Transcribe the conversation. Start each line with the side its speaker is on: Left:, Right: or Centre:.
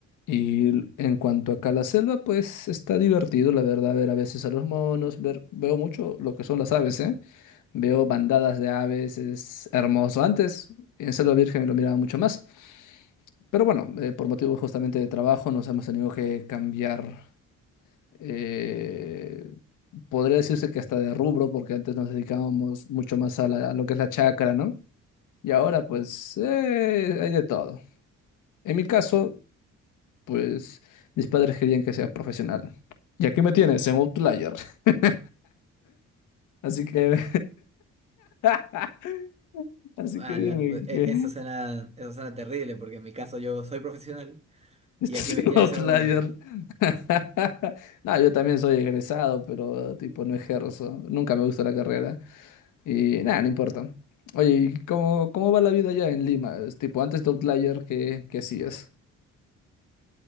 Left: Y l- en cuanto acá a la selva, pues está divertido, la verdad, ver a veces a los monos, ver, veo mucho lo que son las aves, ¿eh? Veo bandadas de aves, es hermoso. Antes, en Selva Virgen lo miraba mucho más, pero bueno, eh, por motivos justamente de trabajo nos hemos tenido que cambiar, eh, podría decirse que hasta de rubro, porque antes nos dedicábamos mucho más a, la- a lo que es la chacra, ¿no? Y ahora, pues, eh, hay de todo. En mi caso, pues mis padres querían que sea profesional. Y aquí me tienes en Outlier. <laughs> Así que, <laughs> así
Right: Ala,
Left: que dime
Right: e-
Left: que
Right: eso suena,
Left: <laughs>
Right: eso suena terrible porque en mi caso yo soy profesional
Left: estás
Right: y aquí me
Left: en
Right: tienes
Left: Outlier.
Right: en un layer.
Left: <laughs> No, yo también soy egresado, pero tipo no ejerzo. Nunca me gustó la carrera. Y nada, no importa. Oye, ¿y cómo, cómo va la vida allá en Lima? Es tipo, antes de Outlier, ¿qué, qué hacías?